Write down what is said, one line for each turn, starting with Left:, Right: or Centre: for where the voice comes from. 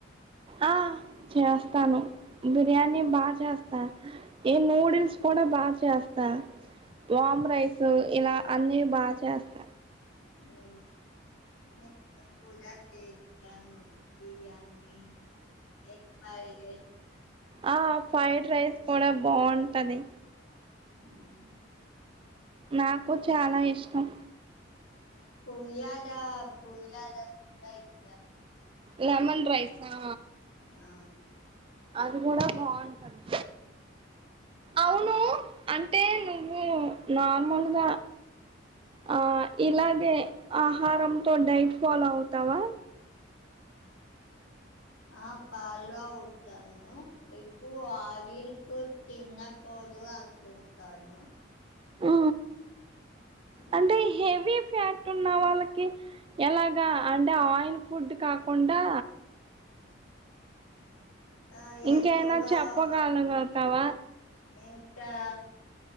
Right: ఆ చేస్తాను బిర్యానీ బాగా చేస్తా ఏ నూడిల్స్ కూడా బాగ చేస్తా వామ్ రైస్ ఇలా అన్నీ బాగా చేస్త
Left: ఆ నేను కూడా చేత్తాను బిర్యానీ ఎగ్ ఫ్రైడ్ రైస్
Right: ఆ ఫ్రైడ్ రైస్ కూడా బాగుంటది.
Left: మ్మ్.
Right: నాకు చాలా ఇష్టం.
Left: పులిహోర పులిహోర కూడా ఇష్టం.
Right: లెమన్ రైస్ ఆ
Left: ఆ
Right: అది కూడా బాగుంటది అవును అంటే నువ్వు నార్మల్గా ఆ ఇలాగే ఆహారంతో డైట్ ఫాలో అవుతావా
Left: ఆ పాలు అవుతాను ఎక్కువ వాజల్పు తినపోదు పంకుంటాను
Right: ఆ
Left: ఉమ్.
Right: అంటే హెవి ఫ్యాట్ వాళ్ళకి ఎలాగా అంటే ఆయిల్ ఫుడ్ కాకుండా
Left: ఆ
Right: ఇంకేనా
Left: ఎక్కువగా
Right: చెప్పగలగతావా
Left: ఇంకా